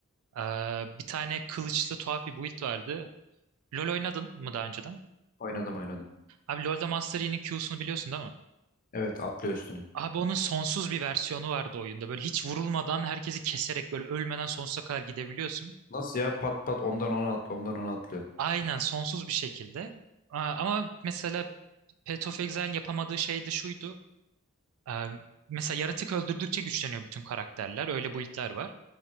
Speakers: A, on the right; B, on the left.
A: Ee, bir tane kılıçlı tuhaf bir build vardı. LoL oynadın mı daha önceden?
B: Oynadım oynadım.
A: Abi LoL'da Master Yi'nin Q'sunu biliyorsun değil mi?
B: Evet atlıyor üstüne.
A: Abi onun sonsuz bir versiyonu vardı oyunda. Böyle hiç vurulmadan herkesi keserek böyle ölmeden sonsuza kadar gidebiliyorsun.
B: Nasıl ya pat pat ondan ona at ondan ona atlıyor.
A: Aynen sonsuz bir şekilde. Aa, Ama mesela Path of Exile'in yapamadığı şey de şuydu. Ee, Mesela yaratık öldürdükçe güçleniyor bütün karakterler. Öyle build'ler var.